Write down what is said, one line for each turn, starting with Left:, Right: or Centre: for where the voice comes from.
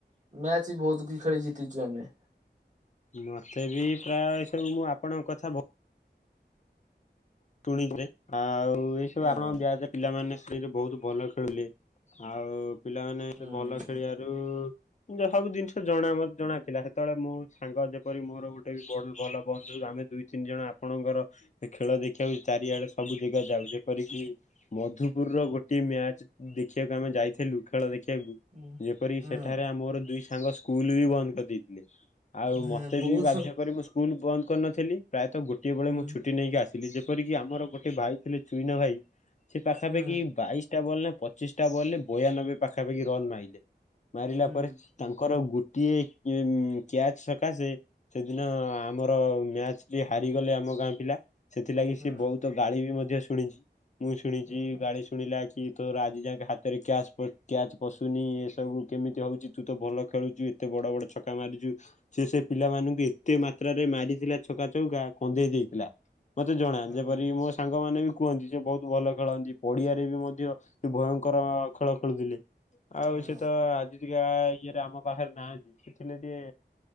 Right: ମ୍ୟାଚ୍ ବି ବହୁତ କି ଖେଳି ଜିତିଚୁ ଆମେ।
Left: ମୋତେ ବି ପ୍ରାୟ ସବୁ ମୁଁ ଆପଣଙ୍କ କଥା ଭ ଶୁଣିଚି, ଆଉ ଏ ସବୁ
Right: ହୁଁ
Left: ଆପଣଙ୍କ ବ୍ୟାଚ୍ ପିଲାମାନେ ସେରେ ବହୁତ ଭଲ ଖେଳୁଲେ। ଆଉ ପିଲାମାନେ
Right: ହୁଁ
Left: ସେ ଭଲ ଖେଳିବାରୁ ଯୋ ସବୁ ଜିନିଷ ଜଣା ମ- ଜଣା ଥିଲା। ସେତେବେଳେ ମୋ ସାଙ୍ଗ ଯେପରି ମୋର ଗୋଟେ ବି ବଲ ଭଲ ବନ୍ଧୁ ଆମେ ଦୁଇ ତିନି ଜଣ ଆପଣଙ୍କର ଦେ ଖେଳ ଦେ ଦେଖିବାକୁ ଚାରିଆଡେ ସବୁ ଜାଗା ଯାଉ। ଯେପରିକି ମଧୁପୁର ର ଗୋଟେ ମ୍ୟାଚ୍ ଦେଖିବାକୁ ଆମେ ଯାଇଥିଲୁ ଖେଳ ଦେ ଖିବାକୁ
Right: ହୁଁ
Left: ଯେପରିକି
Right: ହୁଁ।
Left: ସେଠାରେ ଆ, ମୋର ଦୁଇ ସାଙ୍ଗ ସ୍କୁଲ୍ ବି ବନ୍ଦ କରିଦେଇଥିଲେ। ଆଉ
Right: ହଁ
Left: ମୋତେ
Right: ବହୁତ
Left: ବି ବାଧ୍ୟ କରି ମୁଁ ସ୍କୁଲ୍ ବନ୍ଦ କରିନଥିଲି। ପ୍ରାୟତଃ ଗୋଟିଏ ବେଳେ
Right: ହୁଁ
Left: ମୁଁ ଛୁଟି ନେଇକି ଆସିି ଥିଲି। ଯେପରିକି ଆମର ଗୋଟେ ଭାଇ ଥିଲେ ଚୁଇନା ଭାଇ ସେ ପାଖାପାଖି
Right: ହୁଁ
Left: ବାଇଶ ଟା ବଲ୍ ନା ପଚିଶଟା ବଲ୍ ରେ ବୟାନବେ ପାଖାପାଖି ରନ୍ ମାଇଲେ। ମାରିଲା
Right: ହୁଁ
Left: ପରେ ତାଙ୍କର ଗୁ କିଏ କିଏ ମଁ କ୍ୟାଚ ସକାଶେ ସେଦିନ ଆମର ମ୍ୟାଚ ଟି ହାରିଗଲେ ଆମେ ଆମ ଗାଁ ପିଲା ସେଥିଲାଗି
Right: ହୁଁ।
Left: ସେ ବହୁତ ଗାଳି ବି ମଧ୍ୟ ଶୁଣିଛି ମୁଁ ଶୁନେଇଚି
Right: ହୁଁ
Left: ଗାଳି ଶୁଣିଲା କି ତୋର ଆଜି ଯାଙ୍କେ ହାତରେ କ୍ୟାଚ ପ କ୍ୟାଚ ପଶୁନି ଏସବୁ କେମିତି ହଉଚି ତୁ ତ ଭଲ ଖେଳୁଚୁ ଏତେ ଭଲ ବଡ ବଡ ଛକା ମାରିଚୁ ସେ ସେ ପିଲାମାନଙ୍କୁ ଏତେ ମାତ୍ରାରେ ମାରିଥିଲା ଛକା ଚୌକା କନ୍ଦେଇ ଦେଇ ଥିଲା ମତେ ଜଣା
Right: ହୁଁ
Left: ଯେପରି ମୋ ସାଙ୍ଗ ମାନ ବି କୁହନ୍ତି ସେ ବହୁତ ଭଲ ଖେଳନ୍ତି ପଡିଆରେ ବି ମଧ୍ୟ ସେ ଭୟଙ୍କର ଖେଳ ଖେଳୁଥିଲେ ଆଉ
Right: ହୁଁ
Left: ସେ ତ ଆଜି ଟିକେ ଆ ଇଏରେ ଆମ ପାଖରେ ନାହାନ୍ତି ଥିଲେ ଟିକେ